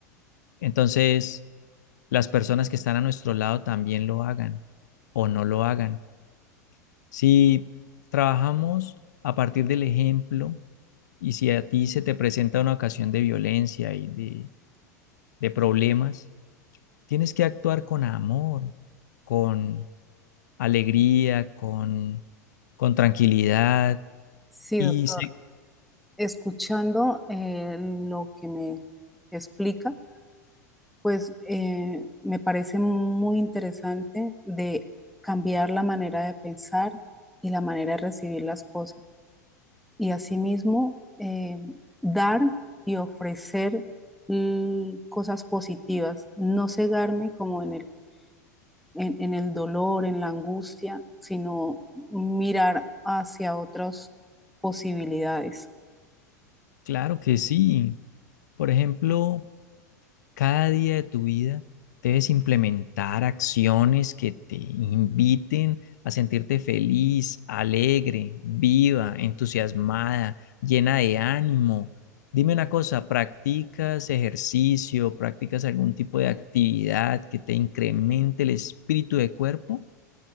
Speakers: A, on the left (about 80°); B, in the centre.
A: entonces las personas que están a nuestro lado también lo hagan o no lo hagan Si trabajamos a partir del ejemplo y si a ti se te presenta una ocasión de violencia y de, de problemas, tienes que actuar con amor, con alegría, con, con tranquilidad.
B: Sí,
A: Y
B: doctor,
A: sí,
B: escuchando eh, lo que me explica, pues eh, me parece muy interesante de cambiar la manera de pensar y la manera de recibir las cosas. Y asimismo, eh, dar y ofrecer mm, cosas positivas, no cegarme como en el, en, en el dolor, en la angustia, sino mirar hacia otras posibilidades.
A: claro que sí. Por ejemplo, Cada día de tu vida debes implementar acciones que te inviten a sentirte feliz, alegre, viva, entusiasmada, llena de ánimo. Dime una cosa, ¿practicas ejercicio, practicas algún tipo de actividad que te incremente el espíritu de cuerpo?